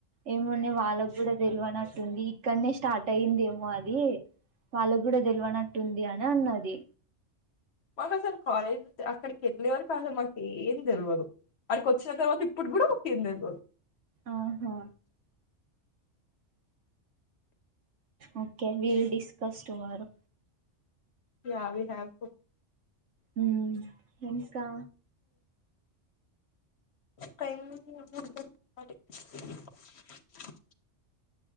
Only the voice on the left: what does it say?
మాకు అసలు కాలేజీ <inaudible> అక్కడికెళ్ళే వరకు అసలు మాకు ఏం తెల్వదు అడికి వచ్చిన తర్వాత ఇప్పుడు కూడా మాకేం తెల్వదు
యావి హ్యాపో
కైము <unintelligible>